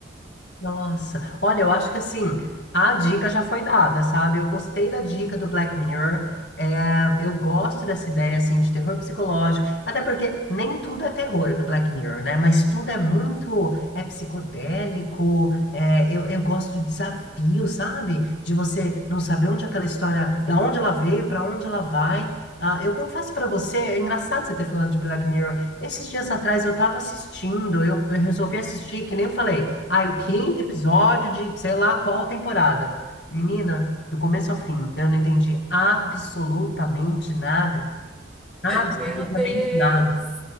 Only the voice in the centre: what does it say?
Hum.
<laughs> Meu Deus!